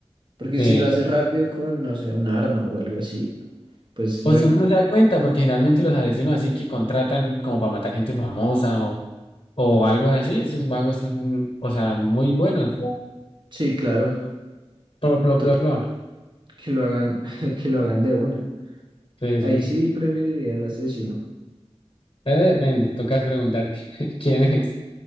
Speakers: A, on the right; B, on the left.
A: Porque
B: Sí.
A: si lo haces rápido con, no sé, un arma o algo así, pues
B: O
A: bueno,
B: si uno no se da cuenta, porque generalmente los asesinos así que contratan como para matar gente famosa o, o algo así, esos vagos son, o sea, muy buenos.
A: sí, claro,
B: Plo, plo,
A: to-
B: plo, plo.
A: que lo hagan, <laughs> que lo hagan de una.
B: Sí,
A: Ahí
B: sí.
A: sí preferiría al asesino.
B: Eh, depende, tocas preguntar <laughs> quién es.